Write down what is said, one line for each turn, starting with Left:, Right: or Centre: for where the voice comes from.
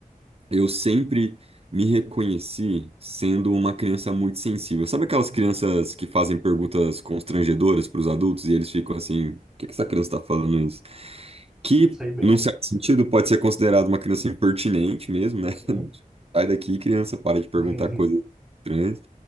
Right: Eu sempre me reconheci sendo uma criança muito sensível. Sabe aquelas crianças que fazem perguntas constrangedoras para os adultos e eles ficam assim: o que que essa criança está falando isso? Que,
Centre: Sei bem.
Right: num certo sentido, pode ser considerado uma criança impertinente mesmo,
Centre: Uhum.
Right: né? <laughs> Sai daqui, criança, para de perguntar
Centre: <laughs>
Right: coisas estranhas.